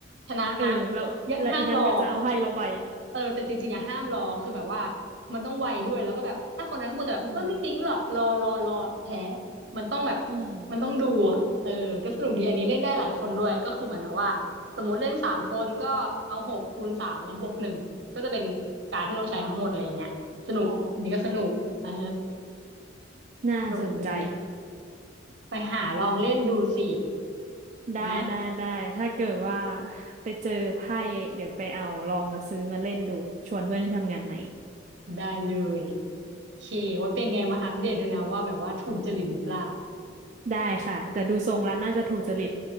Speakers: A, on the right; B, on the right.
A: ชนะนะ
B: เออแล้วแล้วอีนั่นก็จะเอาให้เราไป
A: อย่าห้ามรอเออแต่จริงๆอะห้ามรอคือแบบว่ามันต้องไวด้วยแล้วก็แบบถ้าคนนั้นก็มัวแต่แบบเออไม่จริงหรอกรอรอรอแพ้
B: อืม
A: มันต้องแบบ
B: อืม
A: มันต้องดูอะเออก็สนุกดีอันนี้เล่นได้หลายคนด้วยก็คือเหมือนกับว่าสมมติเล่นสามคนก็เอาหกคูณสามแล้วบวกหนึ่งก็จะเป็นการดที่ต้องใช้ทั้งหมดอะไรอย่างเงี้ย สนุกอันนี้ก็สนุกเออ
B: อ๋อน่าสนใจ
A: สนุกดีไปหาลองเล่นดูสิ
B: ได้ได้ได้ถ้าเกิดว่า
A: นะ
B: ไปเจอไพ่เดี๋ยวไปเอาลองมาซื้อมาเล่นดูชวนเพื่อนที่ทำงานใหม่
A: ได้เลยโอเคว่าเป็นไงมาอัปเดตด้วยนะว่าแบบว่าถูกจริตหรือเปล่า
B: ได้ค่ะแต่ดูทรงแล้วน่าจะถูกจริต